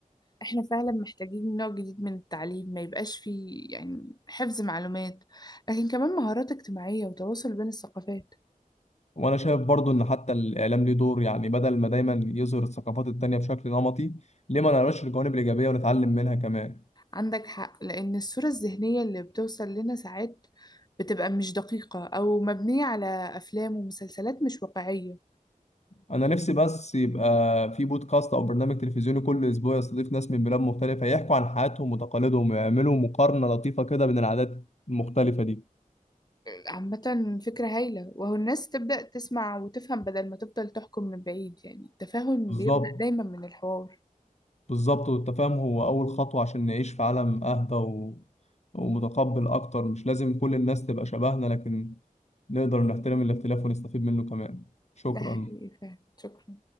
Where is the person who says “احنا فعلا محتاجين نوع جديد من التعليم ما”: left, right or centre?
Left